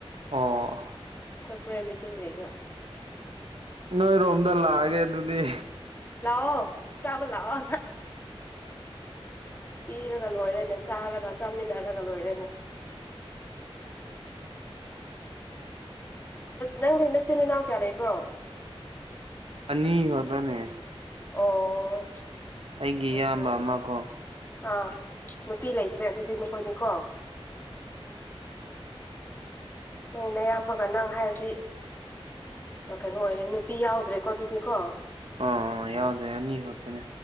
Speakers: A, on the right; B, on the left.
A: ꯑꯣ꯫
B: ꯑꯩꯈꯣꯏ ꯄꯨꯔꯥ ꯃꯤꯇꯤꯡ ꯂꯩꯕꯣ
A: ꯅꯣꯏꯔꯣꯝꯗ ꯂꯥꯛꯑꯒꯦ ꯑꯗꯨꯗꯤ
B: ꯂꯥꯛꯑꯣ ꯆꯥꯕ ꯂꯥꯛꯑꯣ ꯄꯤꯔꯒ ꯂꯣꯏꯔꯦꯅꯦ ꯆꯥꯔꯒ ꯆꯥꯃꯤꯟꯅꯔ ꯆꯥꯃꯤꯅꯔꯒ ꯂꯣꯏꯔꯦꯅꯦ ꯅꯪꯗꯤ ꯅꯥꯆꯤꯟ ꯅꯥꯅꯥꯎ ꯀꯌꯥ ꯂꯩꯕ꯭ꯔꯣ
A: ꯑꯅꯤ ꯈꯛꯇꯥꯅꯦ
B: ꯑꯣ
A: ꯑꯩꯒꯤ ꯏꯌꯥꯝꯕ
B: ꯑꯣꯀꯦ
A: ꯑꯃ ꯀꯣ
B: ꯑꯥ ꯅꯨꯄꯤ ꯂꯩꯇ꯭ꯔꯦ ꯑꯗꯨꯗꯤ ꯅꯈꯣꯏꯗꯤꯀꯣ ꯅꯪ ꯅꯥꯌꯥꯝꯕꯒ ꯅꯪ ꯍꯥꯏꯔꯗꯤ ꯀꯩꯅꯣ ꯑꯣꯏꯔꯦ ꯅꯨꯄꯤ ꯌꯥꯎꯗ꯭ꯔꯦꯀꯣ ꯑꯗꯨꯗꯤ ꯀꯣ
A: ꯑꯥ ꯑ ꯌꯥꯎꯗ꯭ꯔꯦ ꯑꯅꯤ ꯈꯛꯇꯅꯦ